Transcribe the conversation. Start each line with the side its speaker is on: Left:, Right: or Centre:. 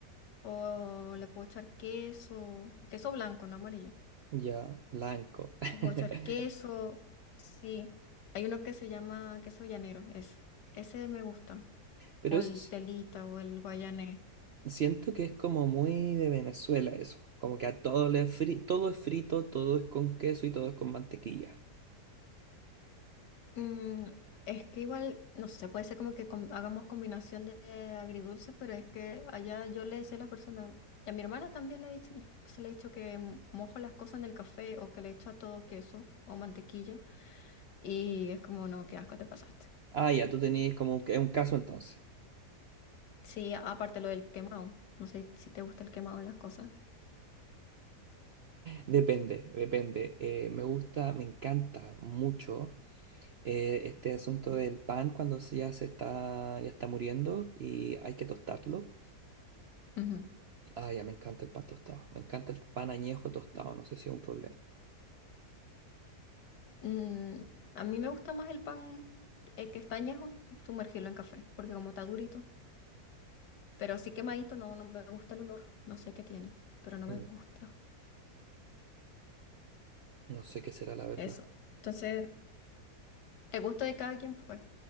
Left: O le puedo echar queso, queso blanco, no amarillo.
Right: Ya, blanco. <laughs>
Left: Le puedo echar queso, sí. Hay uno que se llama queso llanero, ese. Ese me gusta.
Right: Pero
Left: O
Right: eso
Left: el
Right: sí,
Left: telita o el guayanés.
Right: Siento que es como muy de Venezuela eso, como que a todo le fri- todo es frito, todo es con queso y todo es con mantequilla.
Left: Mm, es que igual, no sé, puede ser como que com- hagamos combinación de agridulce, pero es que allá yo le decía a las personas, y a mi hermana también le he dicho, se le he dicho que m- mojo las cosas en el café o que le echo a todo queso o mantequilla, y es como, no, qué asco te pasaste.
Right: Ah, ya, tú tenías como un, ca- un caso entonces.
Left: Sí, a- aparte lo del quemado, no sé si te gusta el quemado en las cosas.
Right: Depende, depende. Eh, me gusta, me encanta mucho eh, este asunto del pan cuando se- ya se está, ya está muriendo y hay que tostarlo.
Left: Ujú.
Right: Ah, ya, me encanta el pan tostado. Me encanta el pan añejo tostado, no sé si es un problema.
Left: Mm, a mí me gusta más el pan eh, que está añejo, sumergirlo en café, porque como está durito. Pero así quemadito no, no me gusta el olor. No sé qué tiene, pero no me
Right: Mm,
Left: gusta.
Right: No sé qué será la verdad.
Left: Eso. Entonces, el gusto de cada quien fue.